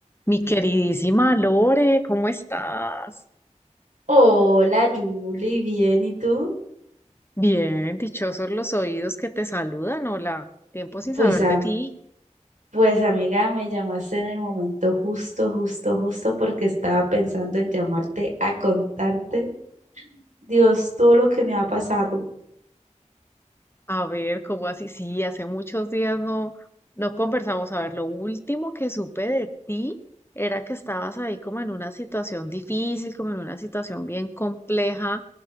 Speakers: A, on the left; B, on the right.
A: Mi queridísima Lore, ¿cómo estás?
B: Hola, Julie, bien, ¿y tú?
A: Bien, dichosos los oídos que te saludan. Hola, tiempo sin
B: Pues,
A: saber
B: a-
A: de ti.
B: pues amiga, me llamaste en el momento justo, justo, justo porque estaba pensando en llamarte a contarte, Dios, todo lo que me ha pasado.
A: A ver, ¿cómo así? Sí, hace muchos días no, no conversamos. A ver, lo último que supe de ti era que estabas ahí como en una situación difícil, como en una situación bien compleja